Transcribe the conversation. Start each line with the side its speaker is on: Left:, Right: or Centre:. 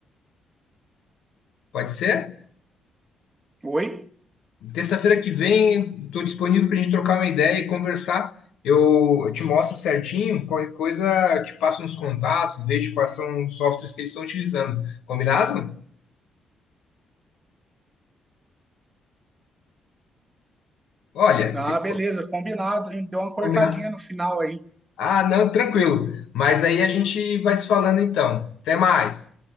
Left: Pode ser?
Right: Oi?
Left: Terça-feira que vem, estou disponível para a gente trocar uma ideia e conversar. Eu eu te mostro certinho, qualquer coisa, eu te passo uns contatos, vejo quais são os softwares que eles estão utilizando. Combinado? Olha,
Right: Ah,
Left: se
Right: beleza, combinado, hein? Deu uma cortadinha
Left: combinado.
Right: no final aí.
Left: Ah, não, tranquilo. Mas aí a gente vai se falando então. Até mais.